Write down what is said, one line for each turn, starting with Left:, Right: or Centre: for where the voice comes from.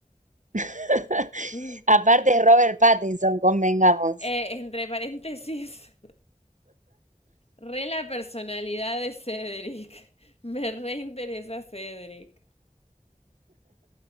Right: <laughs>
Left: <laughs>
Right: Aparte es Robert Pattinson, convengamos.
Left: Eh, entre paréntesis. Re la personalidad de Cedric. <laughs> Me reinteresa Cedric.